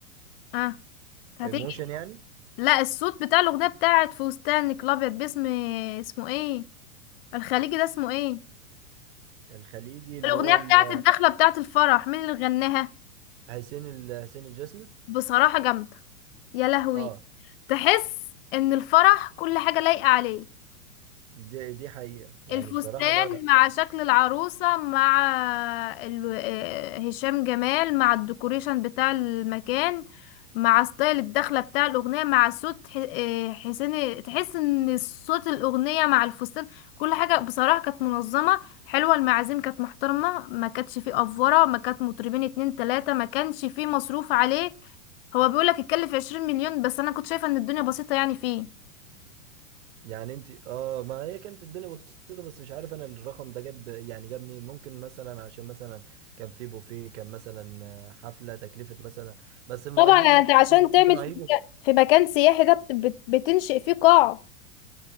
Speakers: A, on the left (about 45°); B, on the right (about 60°).
A: اه هتيجي
B: الموشن يعني
A: لا الصوت بتاع الأغنية بتاعت فستانك الأبيض باسم آه، اسمه ايه الخليجي ده اسمه ايه
B: الخليجي اللي
A: الأغنية
B: هو
A: بتاعت
B: ال- آه،
A: الدخلة بتاعت الفرح مين اللي غناها
B: حسين ال- آه، حسين الجسمي
A: بصراحة جامدة يا لهوي
B: اه
A: تحس ان الفرح كل حاجة لايقة عليه
B: دي دي حقيقه يعني
A: الفستان
B: بصراحه لا لا
A: مع شكل العروسة مع ال... آه، هشام جمال مع الديكوريشن بتاع المكان مع ستايل الدخلة بتاع الأغنية مع صوت ح... آه، حسين تحس ان صوت الأغنية مع الفستان كل حاجة بصراحة كانت منظمة حلوة المعازيم كانت محترمة ما كانتش فيه أفورة ما كانت مطربين اتنين تلاتة ما كانش فيه مصروف عليه هو بيقولك اتكلف عشرين مليون بس أنا كنت شايفة ان الدنيا بسيطة يعني فيه
B: يعني انت اه ما هي كانت الدنيا بسيطه بس مش عارف انا الرقم ده جاب يعني جاب منين ممكن مثلا عشان مثلا كان في بوفيه كان مثلا حفله تكلفه مثلا بس المغنيين
A: طبعا يعني
B: حتى
A: انت عشان
B: المغنيين
A: تعمل
B: كانوا
A: في
B: هيجوا
A: في مكان سياحي ده بت- بت- بتنشئ فيه قاعة